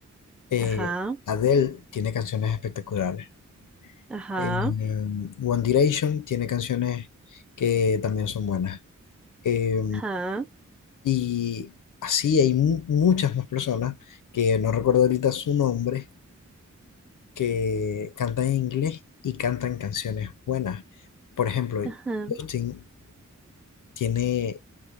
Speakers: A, on the left; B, in the centre.
A: Eh,
B: ajá,
A: Adele tiene canciones espectaculares.
B: ajá,
A: Eh, One Direction tiene canciones que también son buenas. Eh,
B: ajá,
A: y así hay mu- muchas más personas que no recuerdo ahorita su nombre, que cantan en inglés y cantan canciones buenas. Por ejemplo,
B: ajá.
A: Justin tiene